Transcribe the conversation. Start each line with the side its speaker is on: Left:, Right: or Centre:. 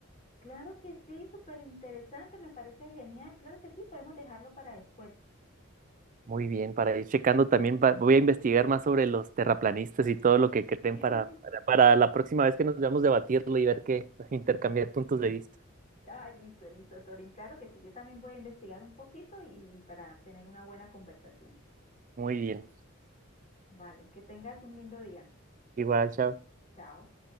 Left: Claro que sí, súper interesante, me parece genial, claro que sí, podemos dejarlo para después.
Right: Muy bien, para ir checando también, va- voy a investigar más sobre los terraplanistas y todo lo que creen
Left: <laughs>
Right: para, para, para la próxima vez que nos veamos debatirlo y ver qué, intercambiar puntos de vista.
Left: Ay, listo, listo, Torín. Claro que sí, yo también voy a investigar un poquito y, y para tener una buena conversación.
Right: Muy bien,
Left: Vale, que tengas un lindo día.
Right: igual, chao.
Left: Chao.